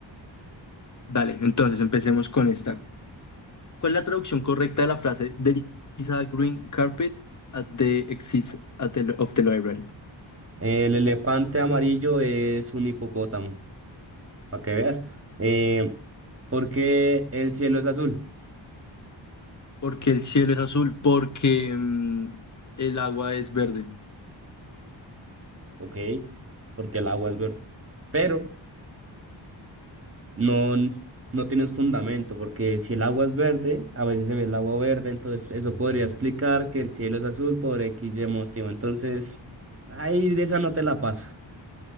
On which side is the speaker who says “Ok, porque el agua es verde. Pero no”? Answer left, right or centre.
Right